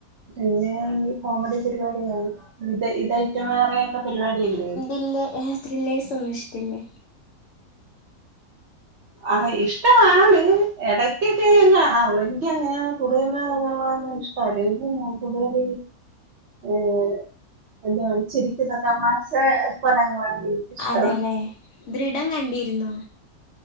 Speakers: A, on the right; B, on the left.
A: പിന്നെ ഈ കോമഡി പരിപാടികാണും ഇത് ഇത് ഏറ്റം വേറെയൊക്കെ പരിപാടില്ലേ
B: ഇല്ലേ റിലേസ് ഒന്നും ഇഷ്ടില്ലേ
A: ആ ഇഷ്ടമാണ് എടക്കൊക്കെ ഞാൻ കാണാറുള്ളു എനിക്ക് അങ്ങനെയ കൂടുതലാഅ ഇഷ്ട അല്ലെ ഇൻക്ക്കൂടുതൽ ഏർ എന്താണ് ചിരിക്കുന്ന തമാശ പടങ്ങളാണ് എനിക്കിഷ്ടം
B: അതെല്ലെ ദൃഢം കണ്ടിരുന്നോ